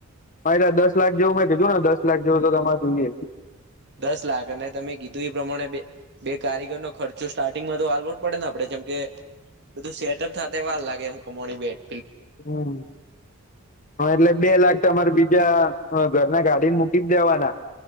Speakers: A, on the left; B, on the right.
A: હ એટલે દસ લાખ જેવુ મેં કીધુ ને દસ લાખ જેવુ તો તમારે જોઈએ
B: દસ લાખ અને તમે કીધું એ પ્રમાણે બે બે કારીગરનો ખર્ચો સ્ટાર્ટિંગમા તો આલવો જ પડે ને આપડે જેમ કે બધુ સેટઅપ થતા વાર લાગે એમ કમણી બેટ
A: હમ હા એટલે બે લાખ તમારે બીજા હ ઘરના ગાડી ને મૂકી જ દેવાના